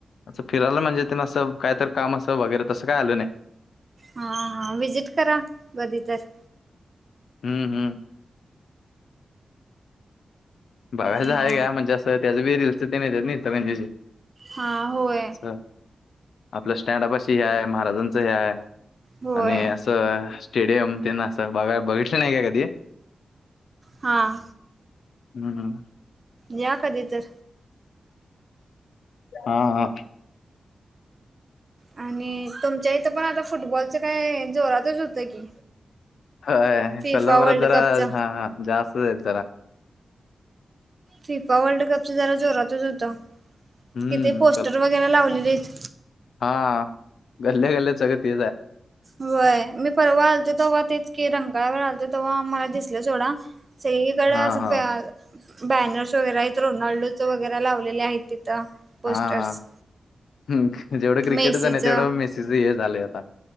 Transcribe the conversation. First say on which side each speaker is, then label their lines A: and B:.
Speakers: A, on the left; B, on the right.
A: असं फिरायला. म्हणजे त्यां असं काय तर काम असं वगैरे तसं काय आलो नाही.
B: हा हा विजिट करा कधी तर
A: हम्म हम्म बघायचं
B: हा
A: आहे. का म्हणजे असं त्याच बी रीलल्सच ते येत नाही इचलकरंजीची <unintelligible>
B: हा होय!
A: असं आपलं स्टँड पाशी हे आहे महाराजांच हे आहे.
B: होय
A: आणि असं स्टेडियम ते असं बघा बघितलं नाही काय कधी?
B: हां
A: म्हणून
B: या कधी तर
A: हा हा
B: आणि तुमच्या इथं पण आता फुटबॉलच काय जोरातच होतं की.
A: अ
B: फिफा
A: पल बर
B: वर्ल्ड
A: दर
B: कपच
A: हा ह जास्त जरा
B: फिफा वर्ल्ड कपच जरा जोरातच होत.
A: हं.
B: कि ते पोस्टर वगैरे लावलेत.
A: हा गल्ले गल्ल्या सगळ तेच आहे
B: वय मी परवा आलतो तेव्हा तेच की रंगकाळावर आलतो तेव्हा मला दिसलं सोडा सगळीकड
A: हां,
B: अस
A: हां.
B: प्या बॅनर्स वगैरे आहेत रोनाल्डोच वगैरे लावलेले आहेत तिथं पोस्टर्स
A: हा, हा जेवढं क्रिकेटच
B: मेसीच
A: नाही तेवढं मेसच हे झाले आता